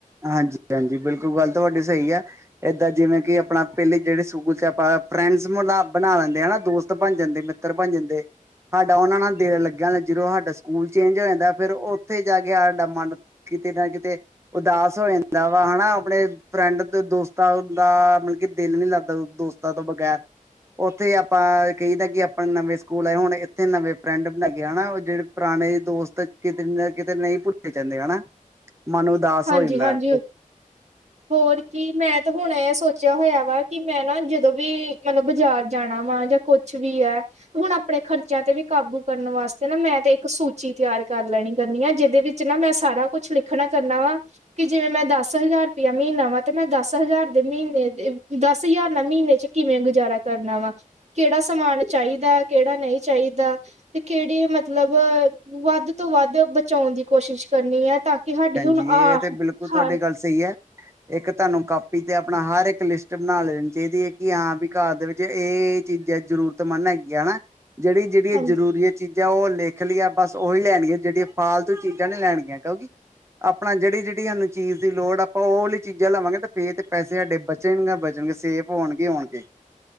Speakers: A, on the right; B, on the right.
A: ਹਾਂਜੀ, ਭੈਂਜੀ ਬਿਲਕੁਲ ਗੱਲ ਤਾਂ ਤੁਹਾਡੀ ਸਹੀ ਏ। ਏਦਾਂ ਜਿਵੇਂ ਕਿ ਆਪਣਾ ਪਹਿਲੇ ਜਿਹੜੇ ਸਕੂਲ ਚ ਆਪਾਂ ਫਰੈਂਡਸ ਬਣਾ ਲੈਂਦੇ ਆ ਨਾ ਦੋਸਤ ਬਣ ਜਾਂਦੇ ਉੱਤਰ ਪੰਜ ਜ ਦੇ <unintelligible> ਸਾਡਾ ਉਹਨਾਂ ਨਾਲ ਦਿਲ ਲੱਗਿਆ ਜਦੋਂ ਸਾਡਾ ਸਕੂਲ ਚੇਂਜ ਹੋ ਜਾਂਦਾ ਫੇਿਰ ਉੱਥੇ ਜਾ ਕੇ ਸਾਡਾ ਮਨ ਕਿਤੇ ਨਾ ਕਿਤੇ ਉਦਾਸ ਹੋ ਜਾਂਦਾ ਵਾ ਹਨਾ ਆਪਣੇ ਫਰੈਂਡ ਦੋਸਤਾਂ ਦਾ ਮਤਲਬ ਕਿ ਦਿਲ ਨੀ ਲੱਗਦਾ ਦੋਸਤਾਂ ਤੋਂ ਬਗੈਰ ਉੱਥੇ ਆਪਾਂ ਕਹੀਦਾ ਕਿ ਆਪਾਂ ਨਵੇਂ ਸਕੂਲ ਆਏ, ਹੁਣ ਇੱਥੇ ਨਵੇਂ ਪਿੰਡ ਬਣਾ ਗਿਆ ਹਨਾ ਉਹ ਜਿਹੜੇ ਪੁਰਾਣੇ ਦੋਸਤ ਕਿਤੇ ਨਾ ਕਿਤੇ ਨਹੀਂ ਭੁੱਲੇ ਜਾਂਦੇ ਹਨਾ। ਮਨ ਉਦਾਸ
B: ਹਾਂਜੀ,
A: ਹੋ ਜਾਂਦਾ
B: ਹਾਂਜੀ।
A: <inaudible>
B: ਹੋਰ ਕੀ ਮੈਂ ਤਾਂ ਹੁਣ ਇਹ ਸੋਚਿਆ ਹੋਇਆ ਵਾ ਕਿ ਮੈਂ ਨਾ ਜਦੋਂ ਵੀ ਮਤਲਬ ਬਾਜ਼ਾਰ ਜਾਣਾ ਵਾ ਜਾਂ ਕੁਛ ਕੁਛ ਵੀ ਹੈ। ਹੁਣ ਆਪਣੇ ਖਰਚਿਆਂ ਤੇ ਵੀ ਕਾਬੂ ਕਰਨ ਵਾਸਤੇ ਨਾ ਮੈਂ ਤੇ ਇੱਕ ਸੂਚੀ ਤਿਆਰ ਕਰ ਲੈਣੀ ਕਰਨੀ ਏ ਜਿਹਦੇ ਵਿੱਚ ਜਿਹਦ ਵਿਚ ਮੈਂ ਸਾਰਾ ਕੁਛ ਲਿਖਣਾ ਕਰਨਾ ਵਾ ਕਿ ਜਿਵੇਂ ਮੈਂ ਦਸ ਹਜ਼ਾਰ ਰੁਪਇਆ ਮਹੀਨਾ ਵਾ, ਤੇ ਮੈਂ ਦਸ ਹਜ਼ਾਰ ਦੇ ਮਹੀਨੇ ਦੇ ਦਸ ਹਜ਼ਾਰ ਨਾਲ ਮਹੀਨੇ ਚ ਕਿਵੇਂ ਗੁਜ਼ਾਰਾ ਕਰਨਾ ਵਾ, ਕਿਹੜਾ ਸਮਾਨ ਚਾਹੀਦਾ ਕਿਹੜਾ ਨਹੀਂ ਚਾਹੀਦਾ। ਤੇ ਕਿਹੜੇ ਮਤਲਬ ਵੱਧ ਤੋਂ ਵੱਧ ਬਚਾਉਣ ਦੀ ਕੋਸ਼ਿਸ਼ ਕਰਨੀ ਏ ਤਾਂ ਕਿ ਸਾਡੀ ਹੁਣ
A: ਜੀ
B: ਆ
A: ਇਹ ਤੇ ਬਿਲਕੁਲ ਤੁਹਾਡੀ
B: ਹਾਂ
A: ਗੱਲ ਸਹੀ ਏ। ਇੱਕ ਤੁਹਾਨੂੰ ਕਾਪੀ ਤੇ ਆਪਣਾ ਹਰ ਇੱਕ ਲਿਸਟ ਬਣਾ ਲੈਣੀ ਚਾਹੀਦੀ ਏ ਕਿ ਹਾਂ ਵੀ ਘਰ ਦੇ ਵਿੱਚ ਇਹ ਚੀਜ਼ਾਂ ਜ਼ਰੂਰਤਮੰਨ ਹੈਗੀਆਂ ਨਾ ਜਿਹੜੀ -ਜਿਹੜੀ
B: ਹਾਂਜੀ
A: ਜ਼ਰੂਰੀ ਹੈ ਚੀਜ਼ਾਂ ਜਾਂ ਉਹ ਲਿਖ ਲਈਏ ਆ ਬਸ ਉਹੀ ਲੈਣਗੀਆਂ ਜਿਹੜੀਆਂ ਫਾਲਤੂ ਚੀਜ਼ਾਂ ਨੀ ਲੈਣੀਆਂ ਗਲਤ ਆਪਣਾ ਜਿਹੜੀ ਜਿਹੜੀ ਸਾਨੂੰ ਚੀਜ਼ ਦੀ ਲੋੜ ਆਪਾਂ ਉਹ ਵਾਲਲੀ ਚੀਜ਼ਾਂ ਲਵਾਂਗੇ ਤਾਂ, ਫਿਰ ਤਾਂ ਪੈਸੇ ਸਾਡੇ ਬਚਣਗੇ ਬਚਣਗੇ ਸੇਫ ਹੋਣਗੇ ਹੋਣਗੇ।